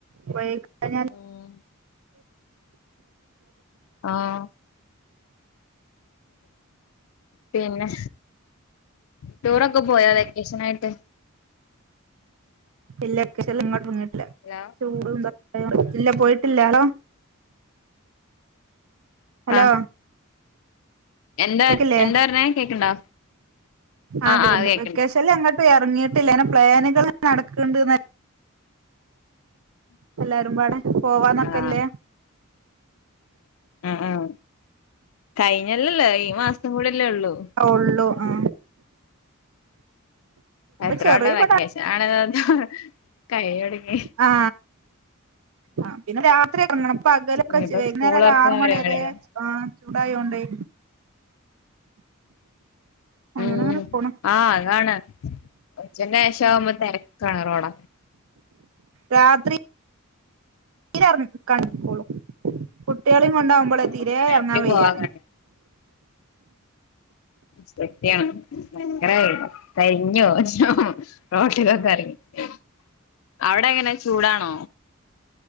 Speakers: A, on the right; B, on the left.
A: ഉപയോഗിക്കാഞ്ഞാല്
B: ഉം ആഹ. <unintelligible> പിന്നെ ടൂറൊക്കെ പോയോ വെക്കേഷൻ ആയിട്ട്.
A: ഇല്ല വെക്കേഷൻ ഇങ്ങോട്ട് വന്നിട്ടില്ല.
B: അലോ.
A: <unintelligible> ല്ല പോയിട്ടില്ലല്ലോ. ഹലോ.
B: ആഹ് എന്താ
A: കേക്കില്ലേ
B: എന്താ പറഞ്ഞേ കേക്കണ്ടോ
A: ആ
B: ആഹ്
A: കേക്ക്ണ്ട്
B: ആഹ് കേക്കണ്ട്
A: വെക്കേഷ വെക്കേഷന്ല് എങ്ങട്ടും എറങ്ങിയിട്ടില്ല ഇങ്ങനെ പ്ലാനുകൾ നടക്ൻണ്ട്ന്നല്ലാതെ. എല്ലാരും പാടെ പോവാന്നൊക്കെല്ലേ.
B: ആഹ് ആ ആഹ കഴിഞ്ഞല്ലല്ലേ ഈ മാസം കൂടെല്ലേ ഉള്ളൂ.
A: ത്ര ഉള്ളൂ ആ.
B: എത്ര
A: ചെറിയ
B: വട്ടം വെക്കേഷൻ
A: പട
B: ആണന്ന് പറഞ്ഞ് കൈഞൊടുങ്ങി.
A: ആ അ. പിന്നെ രാത്രിയക്കെറങ്ങണം ഇ പകല്ക്കെ
B: ഇനിയിപ്പോ
A: വൈന്നേരം
B: സ്കൂൾ
A: ഒരു
B: തുറക്കുന്ന
A: ആറ് മണി
B: പരിപാടികളാ
A: വരെ ചൂടായോണ്ടെയ്. അങ്ങനെ
B: ഉം
A: അങ്ങനെ പോണ്
B: ആഹ് അതാണ് ഉച്ചന്റെ ശേഷം ആവുമ്പോ തെരക്കാണ് റോട
A: രാത്രി. തീരെ കണ്ടോളൂ കുട്ട്യോളീം കൊണ്ടാകുമ്പളേ
B: ആഹ്
A: തീരെ
B: രാത്രി
A: എർങ്ങാൻ വയ്യ.
B: പോവാൻ സത്യാണ് <unintelligible> കരിഞ്ഞോവും റോട്ടിലെക്കെറങ്ങിട്ട് അവിടെ എങ്ങനെ ചൂടാണോ?